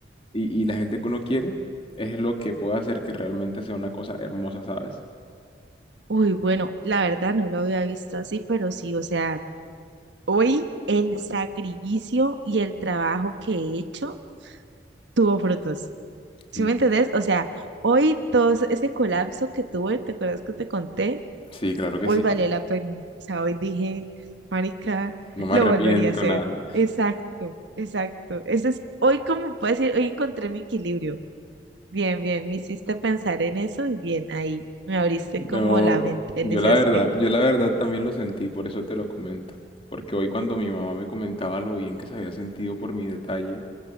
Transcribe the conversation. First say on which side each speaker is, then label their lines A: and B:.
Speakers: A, on the left (about 30°); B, on the right (about 70°).
A: y, y la gente que uno quiere es lo que puede hacer que realmente sea una cosa hermosa, ¿sabes?
B: uy, bueno, la verdad no lo había visto así, pero sí, o sea, hoy el sacrificio y el trabajo que he hecho tuvo frutos. ¿Sí
A: Mm,
B: me entendés? O sea, hoy todo ese ese colapso que tuve, ¿te acuerdas que te conté?
A: Sí, claro que
B: Hoy
A: sí.
B: valió la pena. O sea, hoy dije, marica,
A: No me
B: lo
A: arrepiento
B: volvería a hacer.
A: nada.
B: Exacto, exacto. Eso es, hoy como puedo decir, hoy encontré mi equilibrio. Bien, bien, me hiciste pensar en eso y bien, ahí me abriste
A: No,
B: como la mente en
A: yo
B: ese
A: la verdad,
B: aspecto.
A: yo la verdad también lo sentí, por eso te lo comento. Porque hoy cuando mi mamá me comentaba lo bien que se había sentido por mi detalle